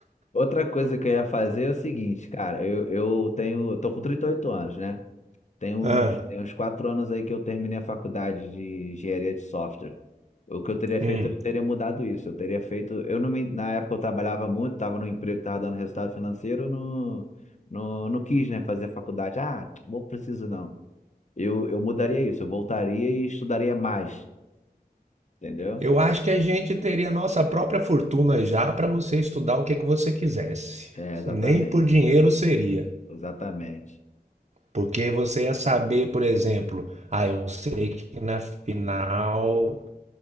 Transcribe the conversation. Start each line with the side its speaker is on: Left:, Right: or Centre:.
Left: outra coisa que eu ia fazer é o seguinte, cara, eu, eu tenho, eu tô com 38 anos, né? Tem uns,
Right: Ah,
Left: tem uns 4 anos aí que eu terminei a faculdade de engenharia de software. O que eu teria feito,
Right: hum.
Left: eu teria mudado isso. Eu teria feito, eu não me, na época eu trabalhava muito, tava no emprego, que tava dando resultado financeiro, não, não, não quis, né, fazer a faculdade. Ah, não preciso não. Eu, eu mudaria isso, eu voltaria e estudaria mais, entendeu?
Right: Eu acho que a gente teria nossa própria fortuna já para você estudar o que é que você quisesse.
Left: É, exatamente.
Right: Nem por dinheiro seria.
Left: Exatamente.
Right: Porque você ia saber, por exemplo, ah, eu sei que na final